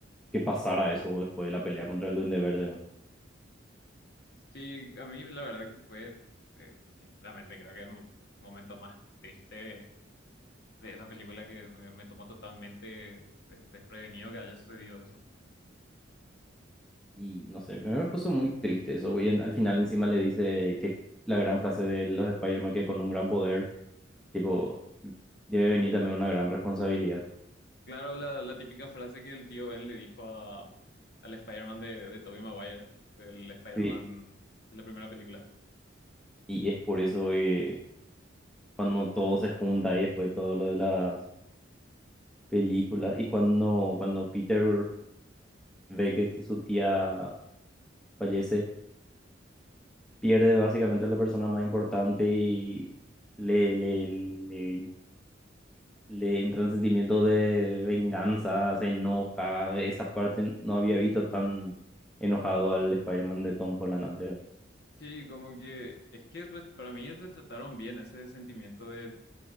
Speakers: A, in the centre; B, on the left.
A: que pasara eso después de la pelea contra el Duende Verde. ¿no?
B: Sí, a mí la verdad que fue, eh, sinceramente, creo que el mo- momento más triste de esa película que me, me tomó totalmente de- desprevenido que haya sucedido eso.
A: Y no sé, me, me puso muy triste eso, y en- al final encima le dice que la gran frase de los Spider-Man, que con un gran poder, tipo, debe venir también una gran responsabilidad.
B: Claro, la, la típica frase que el tío Ben le dijo a, al Spider-Man de, de Tobey Maguire, del Spider-Man
A: Sí,
B: de la primera película.
A: y es por eso eh, cuando todo se junta y después todo lo de las películas y cuando, cuando Peter ve que ti- su tía fallece, pierde básicamente a la persona más importante y le, le, le, le entra entran sentimiento de venganza, se enoja. Esa parte no había visto tan enojado al Spider-Man de Tom Holland antes.
B: Sí, como que es que re- para mí retrataron bien ese sentimiento de,